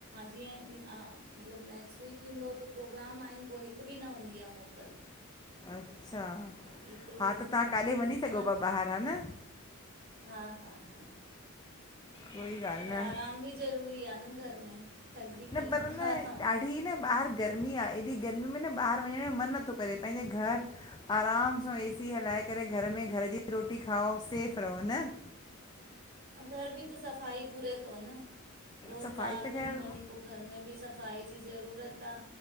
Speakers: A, on the right; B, on the left.
A: जीअं अ मतिलबु नैक्स्ट वीक ईंदो त प्रोग्राम आहिनि, पो हिकु बि न हूंदी आ मोकल।
B: अच्छा,
A: पोइ हिक बि
B: हा
A: मोकल
B: त तां काॾे
A: न हूंदी
B: वञी
A: आहे तव्हां
B: सघो पा ॿाहिरि हा न।
A: हा हा हा
B: कोई ॻाल्हि
A: पर
B: न आ।
A: आराम बि ज़रूरी आ न घर में, थकजी
B: न
A: पयूं
B: पर
A: ता।
B: न ॾाढी न ॿाहिरि गर्मी आ एॾी गर्मी में न ॿाहिरि वञणु जो मन नथो करे पंहिंजे घर आराम सां ए-सी हलाए करे घर में घर जी रोटी खाओ, सेफ रहो न।
A: अ घर बि त सफ़ाई घुरे तो न, रोज़ु
B: सफ़ाई
A: ॿाहिरि
B: त
A: वञी
B: ख़ैर
A: वञी पो घर में बि सफ़ाई जी ज़रूरत आ